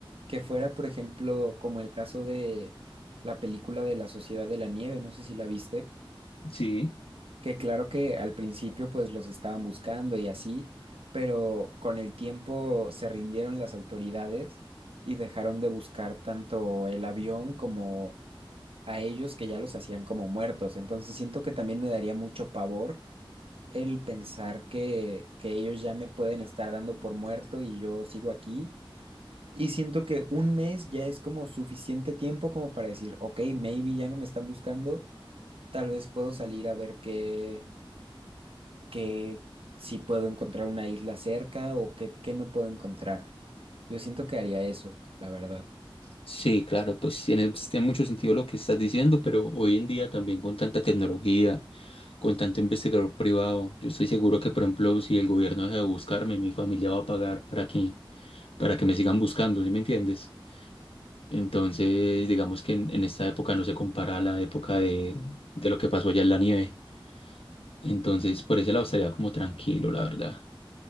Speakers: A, on the right; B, on the left.
A: que fuera, por ejemplo, como el caso de la película de La Sociedad de la Nieve, no sé si la viste.
B: Sí.
A: Que claro que al principio pues los estaban buscando y así, pero con el tiempo se rindieron las autoridades y dejaron de buscar tanto el avión como a ellos que ya los hacían como muertos. Entonces siento que también me daría mucho pavor el pensar que, que ellos ya me pueden estar dando por muerto y yo sigo aquí. Y siento que un mes ya es como suficiente tiempo como para decir, ok, maybe ya no me están buscando, tal vez puedo salir a ver qué que si puedo encontrar una isla cerca o qué, qué me puedo encontrar. Yo siento que haría eso, la verdad.
B: Sí, claro, pues tiene, tiene mucho sentido lo que estás diciendo, pero hoy en día también con tanta tecnología, con tanto investigador privado, yo estoy seguro que, por ejemplo, si el gobierno deja de buscarme, mi familia va a pagar para que, para que me sigan buscando, ¿sí me entiendes? Entonces, digamos que en, en esta época no se compara a la época de, de lo que pasó allá en la nieve. Entonces, por ese lado estaría como tranquilo, la verdad.